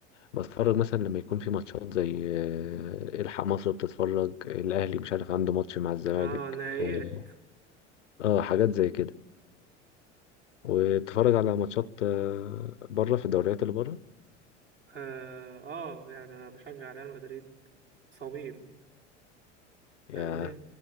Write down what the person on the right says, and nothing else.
اه نهائيات
آه, اه يعني انا بشجع ريال مدريد صميم
فاهمني